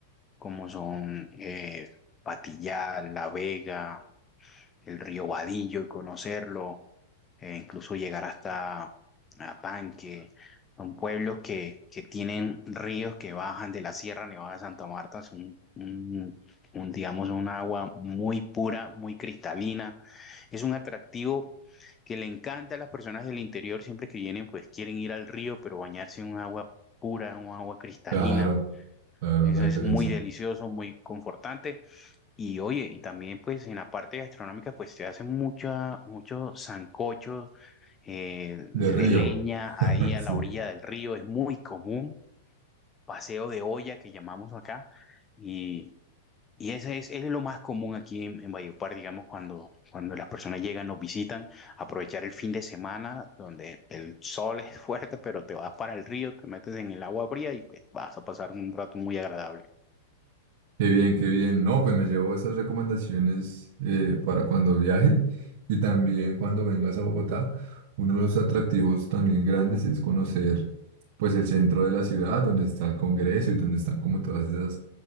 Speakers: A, on the left (about 20°); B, on the right (about 60°).
A: como son eh, Patillá, La Vega, el río Vadillo y conocerlo eh, incluso llegar hasta Apanque, son pueblos que, que tienen ríos que bajan de la Sierra Nevada de Santa Marta, es un, un, un, digamos, un agua muy pura, muy cristalina, es un atractivo que le encanta a las personas del interior, siempre que vienen, pues quieren ir al río, pero bañarse en un agua pura, un agua cristalina,
B: Claro, claro,
A: eso
B: es la diferencia.
A: es muy delicioso, muy confortante. Y oye, y también pues en la parte gastronómica pues se hacen mucha, muchos sancochos eh, de
B: De río.
A: leña ahí
B: <laughs>
A: a
B: Sí.
A: la orilla del río, es muy común, paseo de olla que llamamos acá, y, y ese es, es lo más común aquí en, en Valledupar, digamos, cuando, cuando las personas llegan, nos visitan, aprovechar el fin de semana donde el sol es <laughs> fuerte, pero te vas para el río, te metes en el agua fría y pues vas a pasar un rato muy agradable.
B: Qué bien, qué bien. No, pues me llevo esas recomendaciones eh, para cuando viaje y también cuando vengas a Bogotá. Uno de los atractivos también grandes es conocer pues el centro de la ciudad, donde está el Congreso y donde están como todas esas